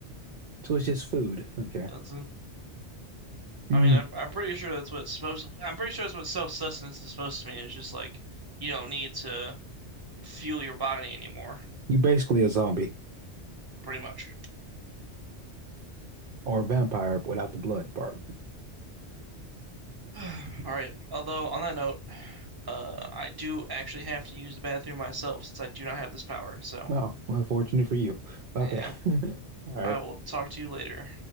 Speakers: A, on the right (about 60°); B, on the right (about 20°).
A: So it's just food. Okay.
B: Doesn't.
A: Mm.
B: I mean, I'm I'm pretty sure that's what it's supposed I'm pretty sure that's what self-sustenance is supposed to mean. It's just like you don't need to fuel your body anymore,
A: You're basically a zombie
B: pretty much.
A: or a vampire without the blood part.
B: <sighs> All right. Although on that note, uh, I do actually have to use the bathroom myself since I do not have this power. So,
A: Oh, unfortunate for you. Okay.
B: yeah,
A: <laughs> All right.
B: I will talk to you later.